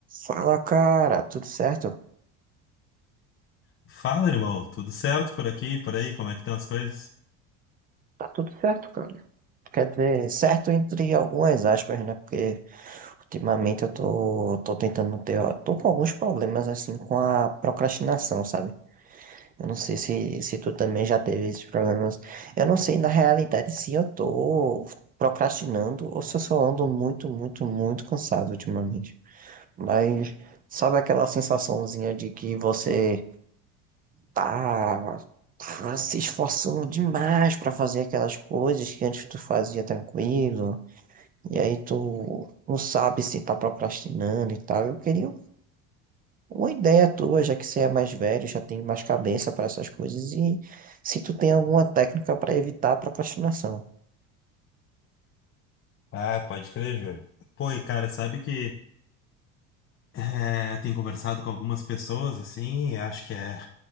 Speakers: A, on the right (about 25°); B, on the left (about 35°).
A: Fala, cara, tudo certo?
B: Fala, irmão. Tudo certo por aqui, por aí? Como é que estão as coisas?
A: Tá tudo certo, cara. Quer dizer, certo entre algumas aspas, né? Porque ultimamente eu tô, tô tentando ter, ó, tô com alguns problemas assim com a procrastinação, sabe? Eu não sei se, se tu também já teve esses problemas. Eu não sei na realidade se eu tô procrastinando ou se eu só ando muito, muito, muito cansado ultimamente. Mas sabe aquela sensaçãozinha de que você tá, tá se esforçando demais pra fazer aquelas coisas que antes tu fazia tranquilo, e aí tu não sabe se tá procrastinando e tal. Eu queria uma ideia tua, já que você é mais velho, já tem mais cabeça pra essas coisas, e se tu tem alguma técnica pra evitar a procrastinação.
B: Ah, pode crer, Júlio. Pô, e cara, sabe que é, tem conversado com algumas pessoas, assim, e acho que é